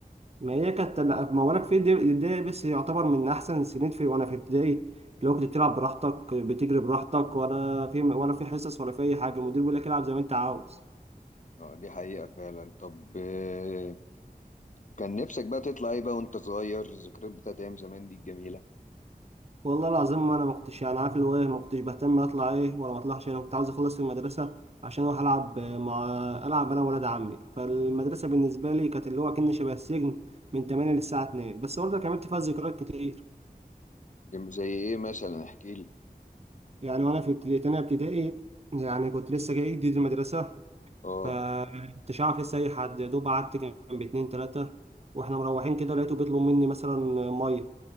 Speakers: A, on the right; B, on the left.
A: ما هي كانت لا، ما وانا في ابتدائي بس يعتبر من احسن السنين في وانا في ابتدائي اللي هو كنت بتلعب براحتك بتجري براحتك ولا في ولا في حصص ولا في اي حاجه المدير بيقول لك العب زي ما انت عاوز
B: <laughs> اه دي حقيقة فعلا طب آه، كان نفسك بقى تطلع ايه بقى وانت صغير الذكريات بتاعت ايام زمان دي الجميلة
A: والله العظيم ما انا ما كنتش يعني عارف اللي هو إيه، ما كنتش بهتم اطلع ايه ولا ما اطلعش انا كنت عاوز اخلص في المدرسه عشان اروح العب مع العب انا وولاد عمي فالمدرسه بالنسبه لي كانت اللي هو كأن شبه السجن من 8 للساعه 2 بس برضه كملت فيها ذكريات كتير
B: جم... زي ايه مثلا احكي لي
A: يعني وانا في ابتدائي تانية ابتدائي يعني كنت لسه جاي جديد المدرسه
B: اه
A: فمكنتش عارف لسه اي حد يا دوب قعدت جنب اتنين تلاتة واحنا مروحين كده لقيته بيطلب مني مثلا ميه